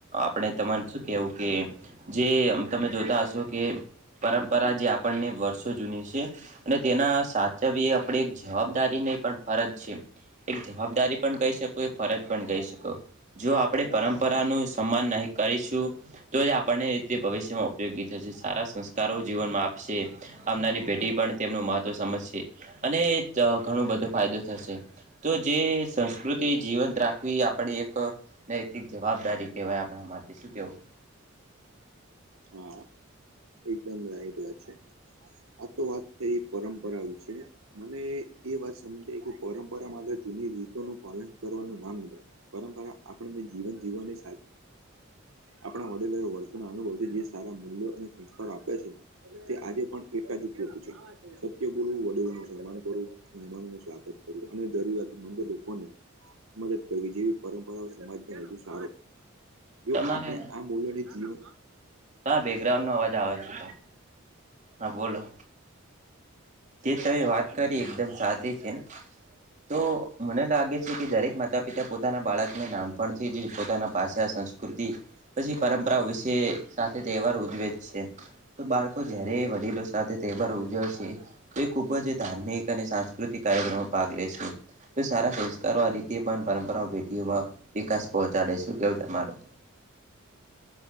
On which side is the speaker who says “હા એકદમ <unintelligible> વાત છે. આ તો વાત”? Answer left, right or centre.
Right